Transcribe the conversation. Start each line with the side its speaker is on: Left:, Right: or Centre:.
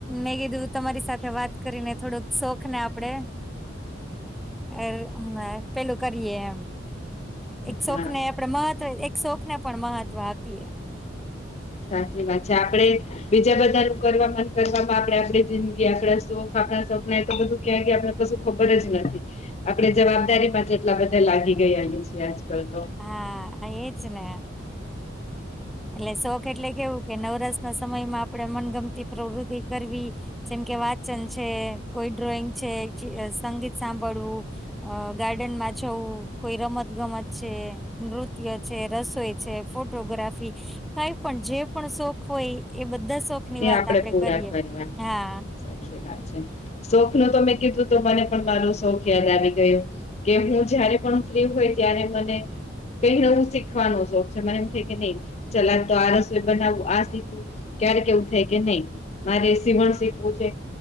Centre: મેં કીધું તમારી સાથે વાત કરીને થોડોક શોખ ને આપડે એલ એમ પેલું કરીએ એમ. એક શોખ
Left: હા
Centre: ને આપડે મહત્વ, એક શોખ ને પણ મહત્વ આપીએ.
Left: સાચી વાત છે. આપડે બીજા બધા નું કરવા પાછળ કરવામાં આપે આપ જિંદગી આપડા શોખ આપણા સપના તો બધું ક્યાં આપણે, કશું ખબર જ નથી આપે જવાબદારીમાં એટલા બધા લાગી ગયલી છે આજકાલ તો.
Centre: હા એજ ને એટલે શોખ એટલે કેવું કે નવરાશ ના સમયમાં આપડે મનગમતી પ્રવૃતિ કરવી જેમ કે વાચન છે કોઈ ડ્રોઈંગ છે સંગીત સાંભળવું અ ગાર્ડનમાં જવું કોઈ રમત ગમત છે નૃત્ય છે રસોઈ છે ફોટોગ્રાફી કઈ પણ જે પણ શોખ હોય એ બધા શોખ ની
Left: એ
Centre: વાત
Left: આપણેે
Centre: આપડે
Left: પૂરા
Centre: કરીએ
Left: કરવા
Centre: હા
Left: સાચી વાત છે શોખ નું તો મેં કીધું તો મને પણ મારું શોખ યાદ આવી ગયું કે હું જયારે પણ ફ્રી હોય ત્યારે મને પલુ હું શીખવાનો શોખ છે મને એમ થાય કે નહી ચલા તો આ રસોઈ બનાવું આ શીખવું. ક્યારે કેવું થાય કે નહી મારે સીવણ શીખવું છે.